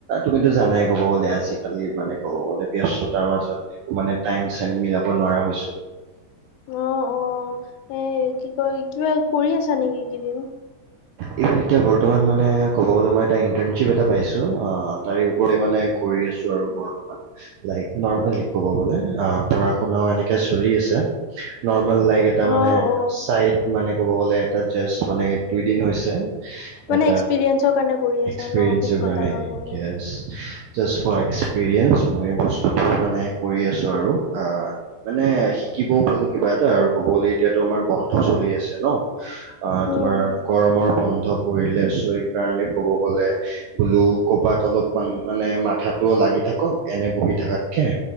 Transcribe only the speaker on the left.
অ অ এই কি কয় কিবা কৰি আছা নেকি এইকেইদিন
অ
অ
মানে
এক্সপিৰিয়েঞ্চৰ কাৰণে কৰি আছা
ন অভিজ্ঞতা
পাবলৈ
উম
উম